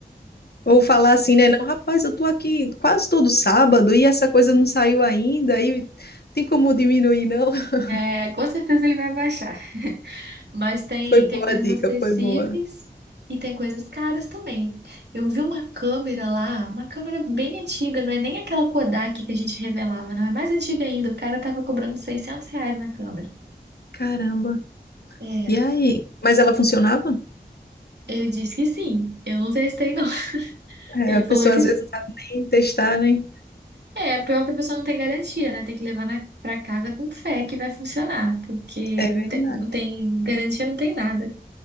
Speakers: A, on the left; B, on the right.
A: Ou falar assim, né? Não, rapaz, eu tô aqui quase todo sábado e essa coisa não saiu ainda, e tem como diminuir, não? <laughs>
B: É, com certeza ele vai baixar. <laughs> Mas tem,
A: Foi boa
B: tem coisas
A: a dica,
B: acessíveis
A: foi boa.
B: e tem coisas caras também. Eu vi uma câmera lá, uma câmera bem antiga, não é nem aquela Kodak que a gente revelava, não é mais antiga ainda. O cara tava cobrando 600 reais na câmera.
A: Caramba.
B: É,
A: E aí? Mas ela funcionava?
B: ele disse que sim. Eu não testei, não. <laughs>
A: É,
B: Ele
A: a pessoa
B: falou que
A: às
B: sim.
A: vezes não sabe nem testar, né?
B: É, pior que a pessoa não tem garantia, né? Tem que levar na, pra casa com fé que vai funcionar, porque
A: É
B: não
A: Verdade.
B: tem, não tem garantia, não tem nada.